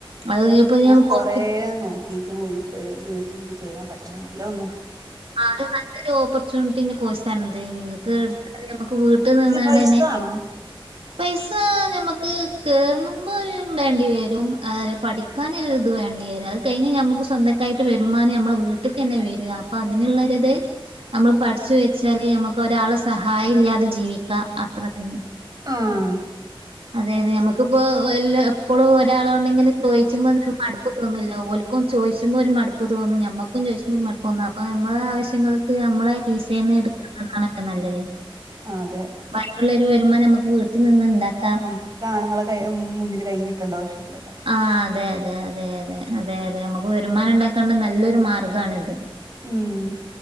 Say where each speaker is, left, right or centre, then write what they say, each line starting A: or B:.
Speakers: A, on the right; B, on the right.
A: അത് ഇപ്പൊ
B: ഞാൻ കൊറെ
A: പൊറത്ത്
B: നോക്കിക്ക്ണ് വീട്ട വീട്ടിലിരിന്ന് ചെയ്യാൻ പറ്റാ നലൊന്നും
A: ആഹ് അത് നല്ലൊരു ഓപ്പർച്യൂണിറ്റിന്റെ കോഴ്സ് ആണത് നിങ്ങക്ക് എടുത്ത നമുക്ക് വീട്ടിൽ നിന്നാണ്ട്ന്നെ
B: ഇത് പൈസ ആണോ
A: പൈസ ഞമക്ക് കേറുമ്പോരു വേണ്ടിവരും ആ പഠിക്കാനതൊര് വേണ്ട്യരും പഠിക്കാൻ അകയിഞാൽ നമുക്ക് സ്വന്തക്കായിട്ട് വരുമാനം ഞമളെ വീ ട്ടക്ക്ന്നെ വരും അപ്പൊ അതിനുള്ളൊരുത് നമ്മൾ പഠിച്ചു
B: ആ
A: വെച്ചാല് ഞമ്മുക്ക് ഒരാളെ സഹായില്ലാതെ ജീവിക്കാ അത്ര തന്നെ
B: ആഹ്
A: അതെ അതെ ഞമ്മുക്കിപ്പോ എല്ല എപ്പളും ഒരാളോണ്ടിങ്ങനെ ചോയിച്ചുമ്പോ മടുപ്പ് തോന്നലോ ഓൽക്കും ചോയിച്ചുമ്പോ ഒരു മടുപ്പ്തോന്നും ഞമ്മക്കും ചോയിച്ചുമ്പൊ മടുപ്പ് തന്ന അപ്പോ നമ്മുടെ ആവശ്യങ്ങൾ ക്ക് ഞമ്മളെ കീസേന്ന് എടുക്കുന്നകണക്ക്നല്ലത്
B: ആഹ് അതെ
A: വയ്ബ്ള്ളരു വരുമ്പോം ഞമക്ക് വീട്ടിൽ നിന്ന്ണ്ടാക്കാ
B: നമുക്ക് ആണുങ്ങളെ കൈ മുന്നിൽ കൈയിട്ടുണ്ടാവശ്യല്ലല്ലോ
A: ആഹ് അതെ അതെ അതെ അതെ അതെ അതെ നമുക്ക് വരുമാനം ഉണ്ടാക്കേണ്ട നല്ലൊരു മാർഗ്ഗണിത്
B: ഉം